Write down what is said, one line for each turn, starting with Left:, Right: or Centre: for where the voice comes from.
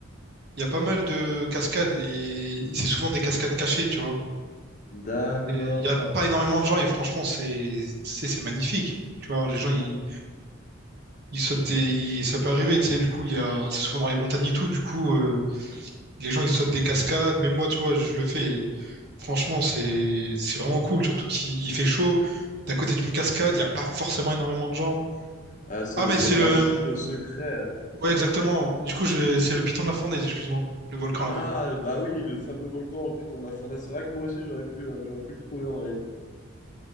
Right: il y a pas mal de cascades et c'est souvent des cascades cachées, tu vois.
Left: D'accord.
Right: Il n'y a pas énormément de gens et franchement, c'est c'est c'est magnifique. Tu vois,
Left: C'est
Right: les gens, ils, ils sautent des... ils- ça peut arriver, tu sais, du coup, il y a... c'est souvent dans les montagnes et tout, du coup, euh, les gens, ils sautent des cascades. Même moi, tu vois, je le fais. et franchement, c'est c'est vraiment cool, surtout qu'il il fait chaud. D'à côté d'une cascade, il n'y a pas forcément énormément de gens.
Left: ah, c'est
Right: Ah,
Left: des
Right: mais c'est
Left: endroits
Right: le...
Left: un petit peu secrets. hein.
Right: Ouais, exactement. Du coup, je... c'est le Piton de la Fournaise, excuse-moi. Le volcan là-bas.
Left: Ah, bah oui, le fameux volcan au Piton de la Fournaise. C'est vrai que moi aussi, j'aurais pu, euh, j'aurais pu le trouver en réalité.